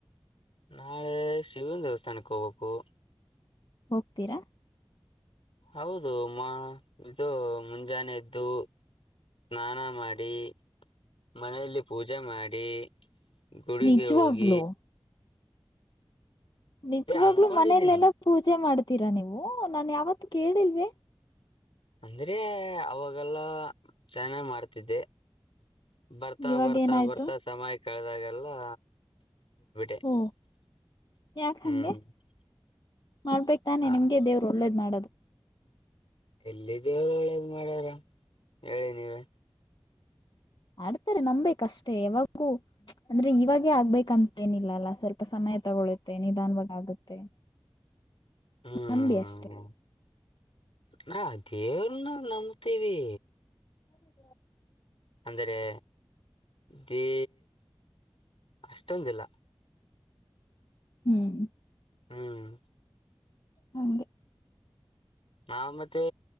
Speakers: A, on the left (about 80°); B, on the left (about 55°).
A: ನಾಳೆ ಶಿವನ ದೇವಸ್ಥಾನಕ್ಕೆ ಹೋಗ್ಬೇಕು.
B: ಹೋಗ್ತೀರಾ
A: ಹೌದು ಮಾ ಇದು ಮುಂಜಾನೆ ಎದ್ದು ಸ್ನಾನ ಮಾಡಿ ಮನೆಯಲ್ಲಿ ಪೂಜೆ ಮಾಡಿ ಗುಡಿಗೆ
B: ನಿಜವಾಗ್ಲೂ
A: ಹೋಗಿ
B: ನಿಜವಾಗ್ಲೂ
A: ಅನ್ಕೊಂಡಿದ್ದೀನಿ
B: ಮನೆಲೆೆಲ್ಲಾ ಪೂಜೆ ಮಾಡ್ತೀರಾ ನೀವು ನಾನ್ ಯಾವತ್ ಕೇಳಿಲ್ವೆ.
A: ಅಂದ್ರೆ ಅವಾಗೆಲ್ಲಾ ಚೆನ್ನಾಗ್ ಮಾಡ್ತಿದ್ದೆ. ಬರ್ತಾ
B: ಇವಾಗ
A: ಬರ್ತಾ
B: ಏನಾಯ್ತು
A: ಬರ್ತಾ ಸಮಯ ಕಳೆದಾಗೆಲ್ಲಾ ಹ್ಮ್
B: ಓ ಯಾಕ ಹಂಗೆ ಮಾಡ್ಬೇಕ್ ತಾನೆ
A: ಹ
B: ನಿಮಗೆ ದೇವರು ಒಳ್ಳೇದ್ ಮಾಡೋದು.
A: ಎಲ್ಲಿ ದೇವರು ಒಳ್ಳೇದು ಮಾಡ್ಯಾದ ಹೇಳಿ ನೀವೆ
B: ಆಡ್ತಾರೆ ನಂಬೆಕ್ ಅಷ್ಟೇ ಯಾವಾಗೂ ಅಂದ್ರೆ ಇವಾಗೇ ಆಗ್ಬೇಕಂತೇನಿಲ್ಲ ಅಲ್ಲಾ ಸ್ವಲ್ಪ ಸಮಯ ತಗೊಳುತ್ತೆ ನಿಧಾನವಾಗಿ ಆಗುತ್ತೆ.
A: ಹ್ಮ
B: ನಂಬಿ ಅಷ್ಟೆ
A: ನಾವ್ ದೇವ್ರನ್ನ ನಂಬತೀವಿ.
B: ಹೌದ
A: ಅಂದರೆೆ ದೇ ಅಷ್ಟೊಂದಿಲ್ಲ.
B: ಹ್ಮ್
A: ಹ್ಮ್
B: ಹಂಗೆ
A: ನಾವ್ ಮತ್ತೆ